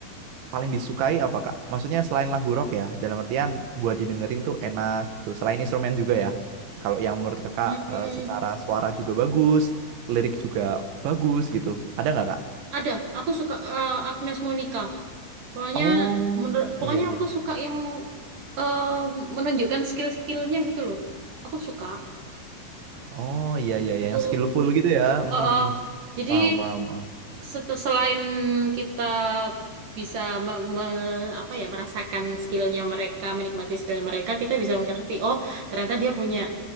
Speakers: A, on the right; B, on the right.
A: paling disukai apa Kak? Maksudnya selain lagu rock ya, dalam artian buat didengerin tuh enak gitu. Selain instrumen juga ya. Kalau yang menurut Kakak
B: Hmm, hmm.
A: eh, secara suara juga bagus, lirik juga bagus gitu. Ada nggak Kak?
B: ada. Aku suka eh, Agnes Monica. Soalnya
A: Oh,
B: menurut pokoknya
A: iya iya.
B: aku suka yang eh, menunjukkan skill-skillnya gitu loh. Aku suka
A: Oh, iya iya
B: itu.
A: iya yang skillful gitu ya. Mm,
B: Oh, oh.
A: mm, mm.
B: Jadi
A: Paham paham paham.
B: set- selain kita bisa me- me- apa ya merasakan skillnya mereka, menikmati skillnya mereka, kita bisa mengerti. Oh, ternyata dia punya